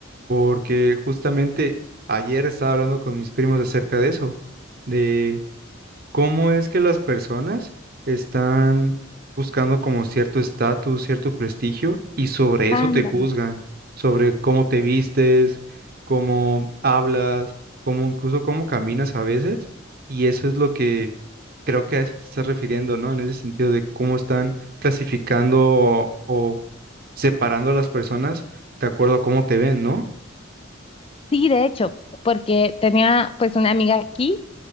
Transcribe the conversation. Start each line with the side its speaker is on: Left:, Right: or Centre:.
Right: porque justamente ayer estaba hablando con mis primos acerca de eso, de cómo es que las personas están buscando como cierto estatus, cierto prestigio, y sobre eso
Left: Ándale.
Right: te juzgan, sobre cómo te vistes, cómo hablas, cómo incluso cómo caminas a veces, y eso es lo que creo que a eso te estás refiriendo, ¿no? En ese sentido de cómo están clasificando o, o separando a las personas de acuerdo a cómo te ven, ¿no?
Left: Sí, de hecho, porque tenía pues una amiga aquí